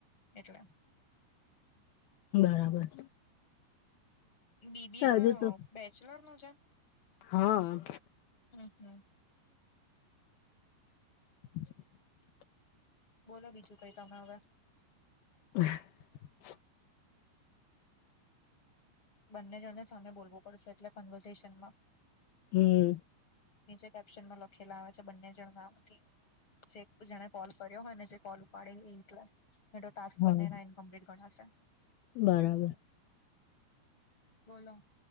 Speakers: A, on the left; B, on the left.
A: એટલે
B: બરાબર.
A: બીબી એમાં
B: હજુ તો
A: બેચલર નું છે.
B: હા.
A: હમ હમ.
B: <unintelligible>
A: બોલો બીજું કઈ તમે હવે.
B: હ.
A: બંને જણને સામે બોલવું પડશે એટલે કન્વર્ઝેશનમાં.
B: હમ
A: નીચે કેપ્શન માં લખેલા આવે છે બંને જણ નાથી જે કોલ. કર્યોને જે કોલ ઉપાડે એલા ટાસ્ક
B: હા
A: બને એ ઇન્કમ્પ્લીટ ગણાશે.
B: બરાબર.
A: બોલો.